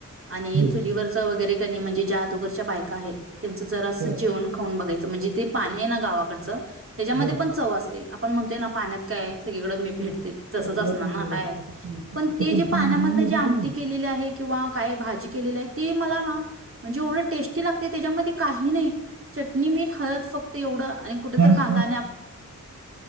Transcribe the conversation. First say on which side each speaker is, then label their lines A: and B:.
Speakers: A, on the right; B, on the right.
A: आणि
B: हं,
A: चुलीवरच वगैरे कनी म्हणजे ज्या अदोगरच्या बायका आहेत त्यांचं जरा असं
B: हं,
A: जेवण. खाऊन बघायच म्हणजे ते पाणी आहे ना गावाकडच त्याच्यामध्ये
B: हं.
A: पण चव असते. आपण म्हणतोय ना पाण्यात काय सगळीकडें मी भेटते. तसच
B: पाण्यात
A: असणार ना
B: मेन
A: काय
B: आहे. आता तुमच्या
A: पण
B: आता
A: ते
B: तुमच्या
A: जे पाण्यामध
B: एरियामध्ये
A: जे आमटी
B: कणी
A: केलेली आहे, किंवा काय भाजी केलेली आहे ते मला ना म्हणजे एवढं टेस्टी लागते त्याच्यामध्ये काही नाही. चटणी मीठ हळद फक्त एवढं आणि कुठे
B: बास
A: तर कांदा
B: बास
A: आणि,